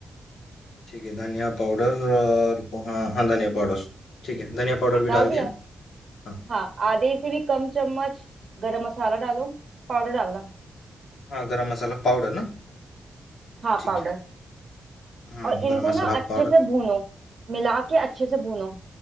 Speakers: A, on the left; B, on the right.
A: ठीक है धनिया पाउडर और हाँ हाँ धनिया पाउडर ठीक है धनिया पाउडर भी
B: डाल
A: डाल दिया
B: दिया
A: हाँ
B: हाँ आधे से भी कम चम्मच गरम मसाला डालो पाउडर डालना
A: हाँ गरम मसाला पाउडर ना
B: हाँ
A: ठीक
B: पाउडर
A: है हाँ
B: और इनको
A: गरम मसाला
B: ना अच्छे
A: पाउडर
B: से भूनो मिला के अच्छे से भूनो